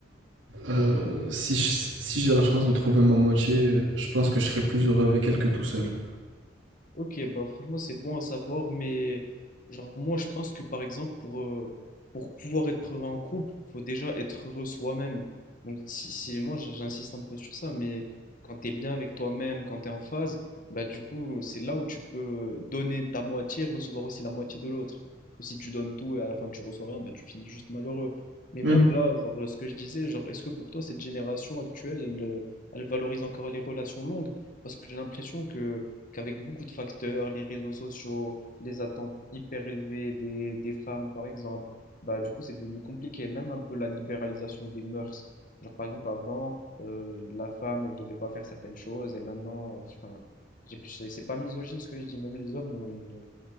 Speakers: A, on the right (about 85°); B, on the left (about 45°).
A: euh, si je- si j'ai la chance de trouver ma moitié, je pense que je serais plus heureux avec elle que tout seul.
B: Ok, bah franchement, c'est bon à savoir, mais genre moi je pense que par exemple pour, euh, pour pouvoir être heureux en couple, faut déjà être heureux soi-même. Donc si, si- moi j'- j'insiste un peu sur ça, mais quand t'es bien avec toi-même, quand t'es en phase, bah du coup c'est là où tu peux donner ta moitié, recevoir aussi la moitié de l'autre. Parce que si tu donnes tout et à la fin tu reçois rien, bah tu finis juste malheureux. Mais
A: Hmm.
B: même là, genre, ce que je disais, genre est-ce que pour toi cette génération actuelle, elle, euh, elle valorise encore les relations longues? Parce que j'ai l'impression que qu'avec beaucoup de facteurs, les réseaux sociaux, les attentes hyper élevées des, des femmes, par exemple, bah, du coup, c'est devenu compliqué. Même un peu la libéralisation des mœurs. Genre, par exemple, avant, euh, la femme, elle devait pas faire certaines choses, et maintenant, euh, enfin, j'ai- c'est c'est pas misogyne ce que je dis, même les hommes ont une,